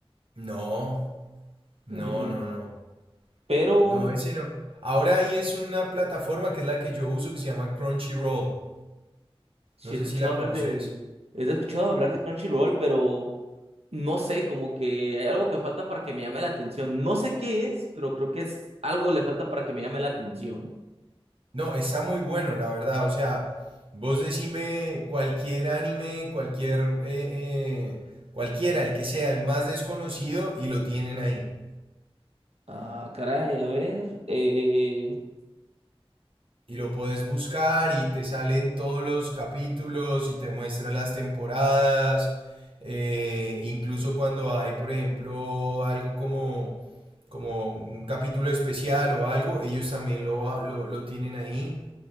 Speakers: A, on the right (about 60°); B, on the right (about 85°).
A: No. No,
B: Animax.
A: no, no.
B: Pero
A: No, ese no. Ahora ahí es una plataforma que es la que yo uso que se llama Crunchyroll.
B: sí
A: No
B: he escuchado
A: sé si la
B: hablar
A: conoces.
B: de... He escuchado hablar de Crunchyroll, pero no sé, como que hay algo que falta para que me llame la atención. No sé qué es, pero creo que es algo le falta para que me llame la atención.
A: No, está muy bueno, la verdad. O sea, vos decime cualquier anime, cualquier, eh, eh, cualquiera, el que sea, el más desconocido, y lo tienen ahí.
B: Ah, caray, a ver. eh,
A: Y lo puedes buscar y te salen todos los capítulos y te muestran las temporadas. eh, incluso cuando hay, por ejemplo, algo como, como un capítulo especial o algo, ellos también lo, lo, lo tienen ahí.